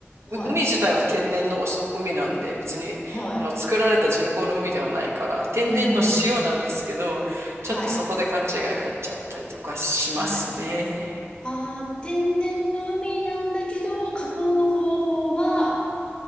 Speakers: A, on the left; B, on the right.
A: はい、
B: 海自体は天然のおし海なんで別にあの作られた人工の海ではないから天然の塩なんですけどちょっとそこで勘違い入っちゃったりとかしますね。
A: はい。うん、うん、うん。はい、はい。ああ、天然の海なんだけど、加工の方法は、